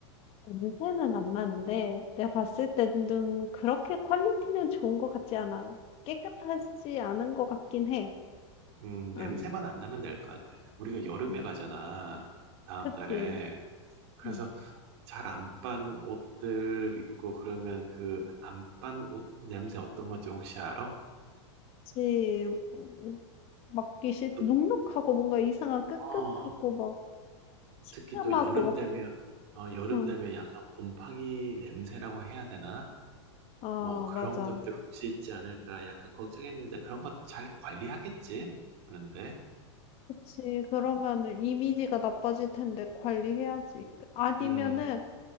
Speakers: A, on the left; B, on the right.
A: 냄새는 안 나는데 내가 봤을 때는 좀 그렇게 퀄리티는 좋은 것 같지 않아. 깨끗하지 않은 것 같긴 해.
B: 음, 냄새만
A: 어,
B: 안 나면 될 것 같아. 우리가 여름에
A: 음,
B: 가잖아. 다음
A: 그치.
B: 달에. 그래서
A: 음.
B: 잘 안 빤 옷들 입고 그러면 그 안 빤 옷 냄새 어떤 건지 혹시 알아?
A: 그치. 음, 맡기 싫,
B: 또
A: 눅눅하고 뭔가 이상한 끄급하고
B: 어.
A: 막 시큼하고
B: 특히 또 여름
A: 막,
B: 되면 어 여름
A: 응.
B: 되면 약간 곰팡이 냄새라고 해야 되나?
A: 아,
B: 뭐 그런
A: 맞아.
B: 것들 혹시 있지 않을까 약간 걱정했는데 그런 거 잘 관리하겠지? 그런데
A: 그치. 그러면은 이미지가 나빠질 텐데 관리해야지. 아니면은
B: 음,